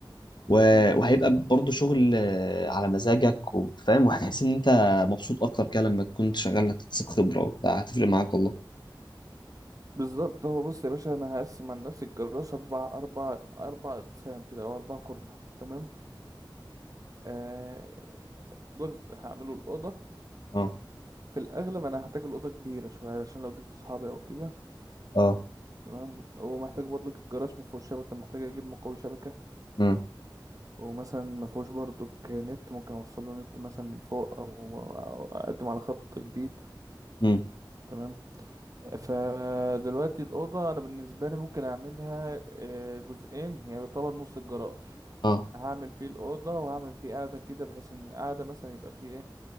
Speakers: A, on the left; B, on the right.
A: و...
B: مم.
A: وهيبقى برضه شغل آه، على مزاجك وفاهم <laughs> وهتحس إن أنت مبسوط أكتر كده لما تكون شغال هتكتسب خبرة وبتاع هتفرق معاك والله
B: بالظبط هو بص يا باشا أنا هقسم عن نفسي الجراج أربع أربع أربع أقسام كده أو أربع كورنر تمام آه جزء هعمله الأوضة
A: أه
B: في الأغلب أنا هحتاج الأوضة كبيرة شوية علشان لو جبت أصحابي أو كده
A: أه
B: تمام هو محتاج برضك الجراج ما فيهوش شبكه محتاج اجيب مقوي شبكه
A: مم.
B: هو مثلا ما فيهوش برضك نت ممكن اوصل له نت مثلا من فوق او أو اقدم على خط جديد
A: مم.
B: تمام فدلوقتي الاوضه انا بالنسبه لي ممكن اعملها آه، جزئين يعني يعتبر نص الجراج
A: اه
B: هعمل فيه الاوضه وهعمل فيه قاعده كده بحيث ان قاعده مثلا يبقى فيه ايه